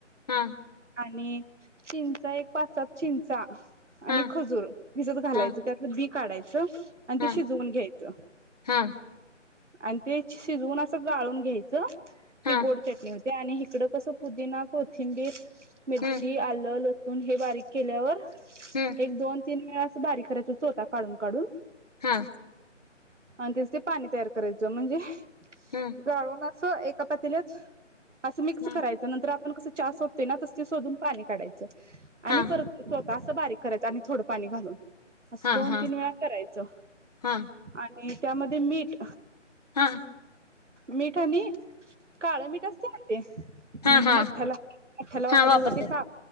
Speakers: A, on the left (about 30°); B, on the right (about 70°).
A: हा
B: आणि चिंचा एक पाच सात चिंचा आणि
A: हा
B: खजुर. त्याच्यात घालायचं
A: हा
B: त्याच बी काढाय च आणि
A: हा
B: ते शिजवून घ्यायचं.
A: हा
B: आणि ते शिजवून असं गाळून घ्यायचं.
A: हा
B: ती गोड चटणी होती. ते आणि इकडं कसं पुदिना, कोथिंबीर मिरची,
A: हम्म
B: आलं, लसूण हे बारीक केल्यावर
A: हम्म
B: एक दोन तीन वेळा असं बारीक करायच चोथा काढून -काढून
A: हा.
B: आणि त्यास ते पाणी तयार करायचं, म्हणजे
A: हम्म
B: गाळून सो एका पतील्यात असं मिक्स
A: हा
B: करायच, नंतर आप पण कसं चहा शोधतंय ना तस ते शोधून पाणी काढायचं. आणि
A: हा
B: परत चोथ असं बारीक करायं आणि थोडं पाणी घालून. असं
A: हा
B: दोन
A: हा
B: तीन वेळा करायचं
A: हा
B: आणि त्यामध्ये मीठ
A: हा.
B: मीठानी काळे मीठ असतय ना. ते.
A: हा हा
B: मठ्ठयाला- मठ्ठयाला वापरता
A: हा वापरतात
B: बघा ते का